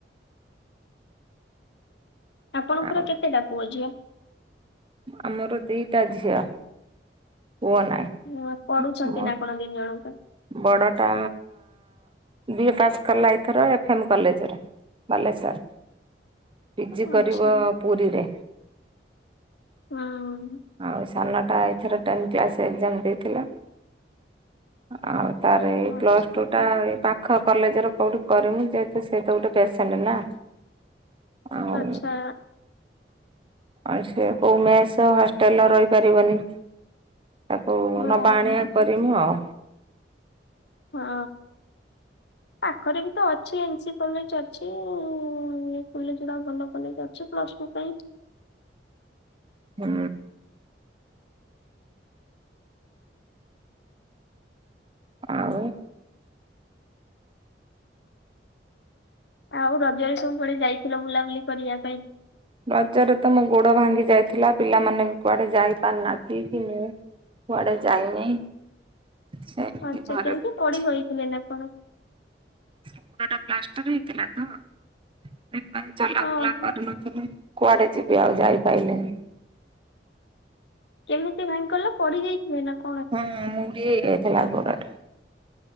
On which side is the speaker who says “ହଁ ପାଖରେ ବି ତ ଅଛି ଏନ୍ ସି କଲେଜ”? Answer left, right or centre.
Left